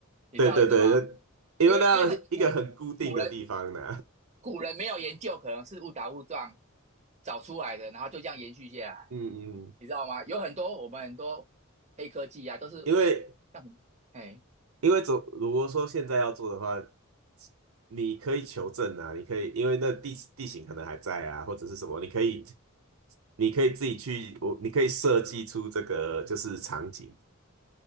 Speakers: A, on the right (about 35°); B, on the right (about 80°).
A: 你知道意思吗？
B: 对对对，那因为那一个很固定的地方呢、
A: 因为因为他古古人古人没有研究，可能是误打误撞找出来的，然后就这样延续下来，
B: <laughs> 嗯嗯，
A: 你知道吗？有很多我们很多黑科技啊，都是
B: 因为
A: 像什么，哎，
B: 因为总如果说现在要做的话，你可以求证啊，你可以因为那地地形可能还在啊，或者是什么，你可以你可以自己去，我你可以设计出这个就是场景。